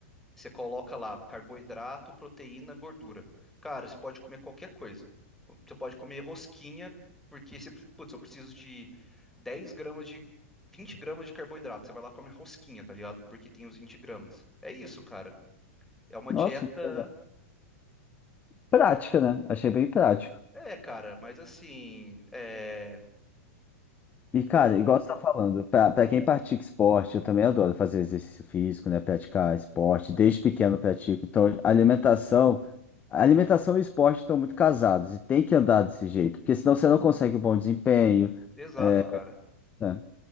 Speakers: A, in the centre; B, on the left.
A: você coloca lá carboidrato, proteína, gordura. Cara, você pode comer qualquer coisa. Você pode comer rosquinha, porque você, pre- putz, eu preciso de 10 gramas de 20 gramas de carboidrato. Você vai lá e come rosquinha, tá ligado? Porque tem os 20 gramas. É isso, cara. É uma
B: Nossa,
A: dieta.
B: que legal. Prática, né? Achei bem prático.
A: É, cara, mas assim, é
B: E, cara,
A: o
B: igual você tá falando, pra pra quem pratica esporte, eu também adoro fazer exercício físico, né? Praticar esporte, desde pequeno eu pratico. Então, a alimentação, a alimentação e o esporte estão muito casados e tem que andar desse jeito, porque senão você não consegue um bom desempenho.
A: exato,
B: é,
A: cara.
B: né?